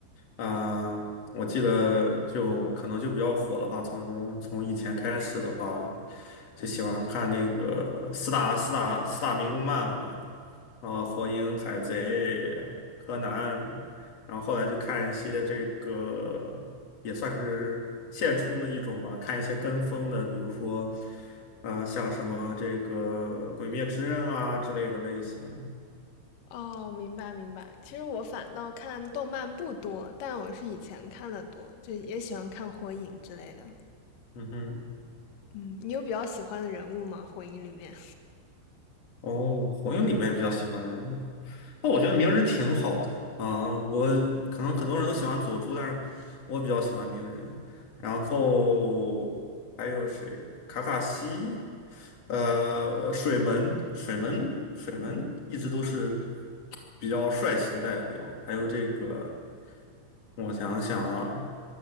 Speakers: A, on the left (about 40°); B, on the left (about 65°).
A: 啊、我记得就可能就比较火的话，从从以前开始的话，就喜欢看那个四大四大四大民工漫嘛。啊，火影》《海贼》《柯南》，然后后来就看一些这个也算是现充的一种吧，看一些跟风的，比如说，呃，像什么这个《鬼灭之刃》啊之类的类型。
B: 哦，明白明白。其实我反倒看动漫不多，但我是以前看的多，就也喜欢看火影之类的。
A: 嗯哼，
B: 嗯，你有比较喜欢的人物吗？火影里面？
A: 哦，《火影》里面比较喜欢的人物。哦，我觉得鸣人挺好的啊，我可能很多人都喜欢佐助，但是我比较喜欢鸣人。然后还有谁？卡卡西，呃，水门，水门，水门一直都是比较帅气的代表。还有这个，我想想啊，